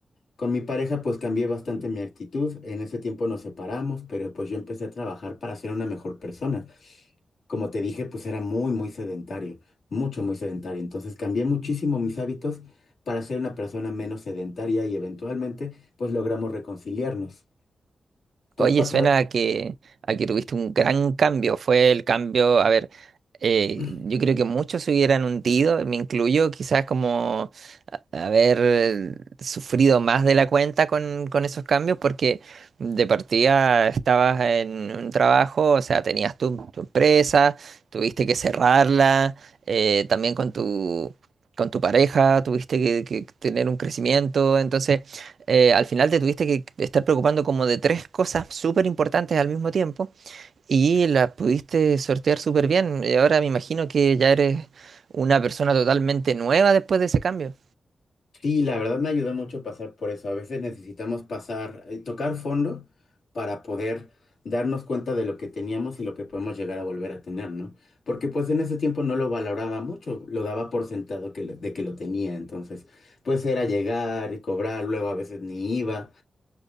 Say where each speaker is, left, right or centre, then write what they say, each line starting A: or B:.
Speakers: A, on the left (about 75°); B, on the right (about 70°).
A: Con mi pareja pues cambié bastante mi actitud, en ese tiempo nos separamos, pero pues yo empecé a trabajar para ser una mejor persona. Como te dije, pues era muy, muy sedentario, mucho, muy sedentario. Entonces cambié muchísimo mis hábitos para ser una persona menos sedentaria y eventualmente pues logramos reconciliarnos. ¿Tú
B: Oye,
A: has pasado?
B: suena a que, a que tuviste un gran cambio. Fue el cambio, a ver, eh,
A: <clears throat>
B: yo creo que muchos se hubieran hundido, me incluyo, quizás como a- haber eh, sufrido más de la cuenta con, con esos cambios, porque de partida estabas en un trabajo, o sea, tenías tu, tu empresa, tuviste que cerrarla, eh, también con tu, con tu pareja, tuviste que que tener un crecimiento, entonces eh, al final te tuviste que estar preocupando como de tres cosas súper importantes al mismo tiempo y las pudiste sortear súper bien. Y ahora me imagino que ya eres una persona totalmente nueva después de ese cambio.
A: Sí, la verdad me ayuda mucho pasar por eso. A veces necesitamos pasar, eh, tocar fondo para poder darnos cuenta de lo que teníamos y lo que podemos llegar a volver a tener, ¿no? Porque pues en ese tiempo no lo valoraba mucho, lo daba por sentado que lo- de que lo tenía, entonces pues era llegar y cobrar, luego a veces ni iba